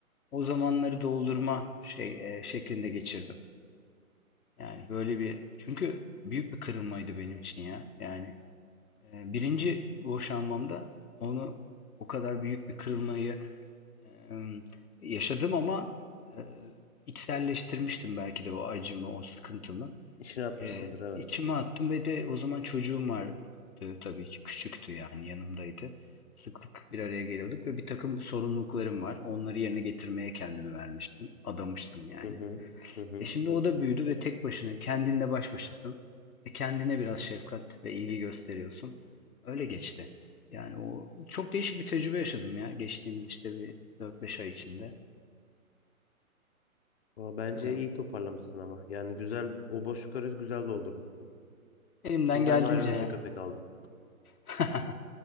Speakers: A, on the left (about 80°); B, on the left (about 45°).
A: o zamanları doldurma şey e, şeklinde geçirdim. Yani böyle bir çünkü büyük bir kırılmaydı benim için ya. Yani e, birinci boşanmamda onu o kadar büyük bir kırılmayı e, yaşadım ama e, içselleştirmiştim belki de o acımı, o sıkıntımı.
B: İşine atmışsındır
A: Ee,
B: evet.
A: içime attım ve de o zaman çocuğum vardı tabii ki küçüktü yani yanımdaydı. Sıklık bir araya geliyorduk ve bir takım sorumluluklarım var. Onları yerine getirmeye kendimi vermiştim, adamıştım yani.
B: Hı hı. Hı hı.
A: E şimdi o da büyüdü ve tek başına kendinle baş başasın. E kendine biraz şefkat ve ilgi gösteriyorsun. Öyle geçti. Yani o çok değişik bir tecrübe yaşadım ya geçtiğimiz işte bir dört beş ay içinde.
B: Aa, Bence
A: Ee,
B: iyi toparlamışsın ama. Yani güzel o boşlukları güzel doldurmuşsun.
A: elimden
B: Çünkü
A: geldiğince
B: ben de ayrılınca
A: ya.
B: köpek aldım.
A: <laughs>